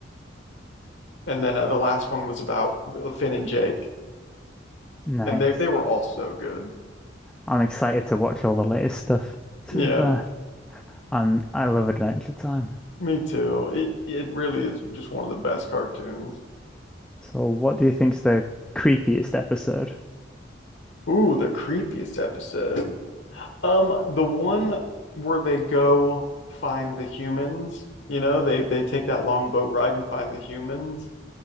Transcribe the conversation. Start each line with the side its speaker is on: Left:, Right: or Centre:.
Left: And then uh, the last one was about Finn and Jake,
Centre: Nice.
Left: and they they were all so good.
Centre: I'm excited to watch all the latest stuff. To
Left: Yeah,
Centre: be fair, I'm I love Adventure Time.
Left: me too. It it really is just one of the best cartoons.
Centre: So, what do you think's the creepiest episode?
Left: Ooh, the creepiest episode. Um, the one where they go find the humans. You know, they they take that long boat ride and find the humans.